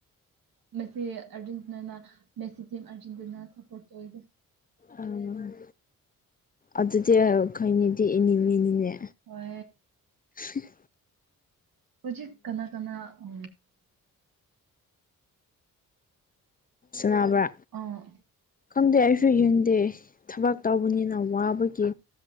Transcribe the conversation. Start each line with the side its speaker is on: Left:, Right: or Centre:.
Right: ꯃꯁꯤ ꯑꯔꯖꯦꯟꯇꯤꯅꯥ ꯃꯁꯤ ꯇꯤꯝ ꯑꯥꯔꯖꯦꯟꯇꯤꯅꯥ ꯁꯄꯣꯔꯠ ꯇ ꯑꯣꯏꯒꯦ
Left: ꯎꯝ ꯑꯗꯨꯗꯤ ꯈꯩꯅꯤꯗꯤ ꯏꯅꯤ ꯃꯤꯅꯤꯅꯦ
Right: ꯍ
Left: ꯄꯔꯤ
Right: ꯍꯧꯖꯤꯛ ꯀꯅꯥ ꯀꯅꯥ ꯎ
Left: ꯁꯅꯥꯕ꯭ꯔꯥ
Right: ꯑꯣ
Left: ꯈꯪꯗꯦ ꯑꯩꯁꯨ ꯌꯦꯡꯗꯦ ꯊꯕꯛ ꯇꯧꯕꯅꯤꯅ ꯋꯥꯕꯒꯤ